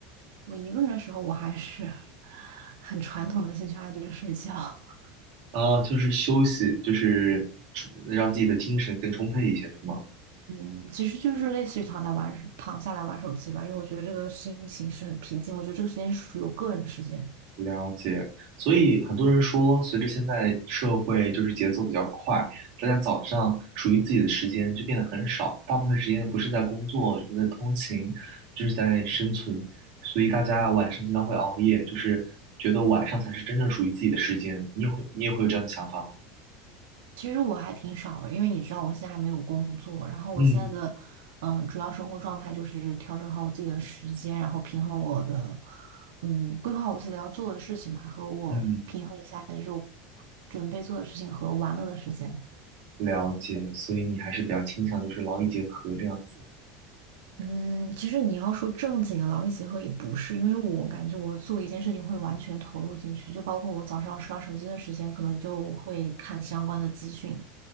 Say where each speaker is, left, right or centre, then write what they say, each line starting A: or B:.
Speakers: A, on the right; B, on the right.
A: 我一个人的时候，我还是 <laughs> 很传统的兴趣爱好就是睡觉。<laughs>
B: 啊，就是休息，就是出让自己的精神更充沛一些，是吗？
A: 嗯，其实就是类似于躺在玩，躺下来玩手机吧，因为我觉得这个心情是很平静，我觉得这个时间是属于我个人的时间。
B: 了解。所以很多人说，随着现在社会就是节奏比较快，大家早上属于自己的时间就变得很少，大部分时间不是在工作，就是在通勤，就是在生存。所以大家晚上经常会熬夜，就是觉得晚上才是真正属于自己的时间。你也会，你也会有这样的想法吗？
A: 其实我还挺少的，因为你知道我现在还没有工作，然后我现在的嗯主要生活状态就是调整好我自己的时间，
B: 嗯
A: 然后平衡我的嗯规划我自己要做的事情吧，和我平衡一下就是我
B: 嗯。
A: 准备做的事情和玩乐的时间。
B: 了解，所以你还是比较倾向就是劳逸结合这样子。
A: 嗯，其实你要说正经的劳逸结合也不是，因为我感觉我做一件事情会完全投入进去，就包括我早上刷手机的时间，可能就会看相关的资讯，